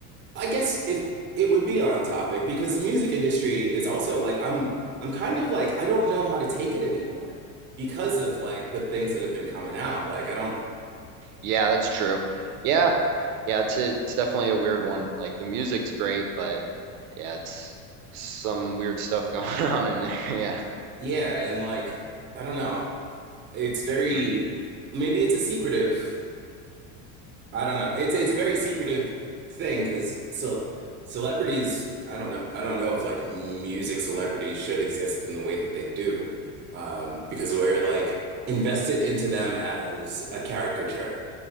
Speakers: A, on the right; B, on the right.
A: I guess, if it would be on topic because the music industry is also like, I'm, I'm kind of like, I don't know how to take it anymore because of like the things that have been coming out. Like, I don't.
B: yeah, that's true. Yeah, yeah, it's a, it's definitely a weird one. Like the music's great, but yeah, it's some weird stuff going <laughs> on in there. <laughs> Yeah,
A: Yeah, and like I don't know. It's very
B: Mhm.
A: maybe it's a secretive. I don't know. It's it's a very secretive thing because so celebrities, I don't know. I don't know if like music celebrities should exist in the way that they do. Um, because we're like invested into them as a caricature.